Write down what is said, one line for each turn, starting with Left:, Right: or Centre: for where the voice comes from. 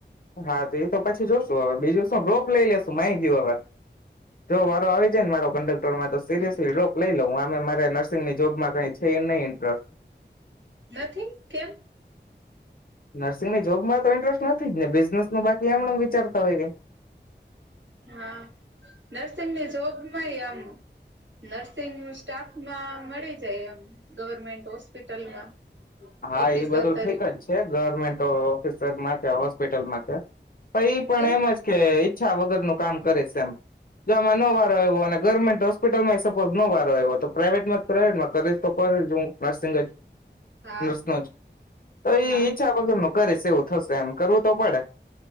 Left: હા તો એ તો પછી જોશું હવે બીજું વ ડ્રોપ લઈ લેશુ માય ગય હવે જો
Right: હમ
Left: વારો આવી જાય ને મારો કંડક્ટરમાં તો સીરિયસલી
Right: હમ
Left: રોક લઈ લઉ હ મારે નર્સિંગની જોબમાં કઈ છે એ નહી ઇન્ટરસ્ટ
Right: નથી કેમ
Left: નર્સિંગની જોબમાં તો ઇન્ટરેસ્ટ નથી જ ને બિઝનેસ ન બાકી એમને વિચારતા હોય કે
Right: હા નર્સિંગની જોબમાંય એમ નર્સિંગ સ્ટાફમાં મળી જાય એમ ગવર્મેન્ટ હોસ્પિટલમાં
Left: હા
Right: ઓફિસર
Left: એ બધું
Right: તરીકે
Left: ઠીક જ છે ગવર્મેન્ટ ઓફિસરમાં ત્યા હોસ્પિટલમાં ત્યા પણ ઈ પણ
Right: કેમ
Left: એમ જ કે છા વગરનું કામ કરે એમ જોમાં ન વારો આવ્યો અને ગવર્મેન્ટ હોસ્પિટલમાં સપોઝ નો વારો આવ્યો તો પ્રાાઈવેટમાં પ્રાઇવેટમાં કરેશ તો કરે હું નર્સિંગ જ
Right: હા
Left: શ તો એ ઈચ્છા
Right: હા
Left: વગરનો કરે સે એવું થશે એમ કરવું તો પડે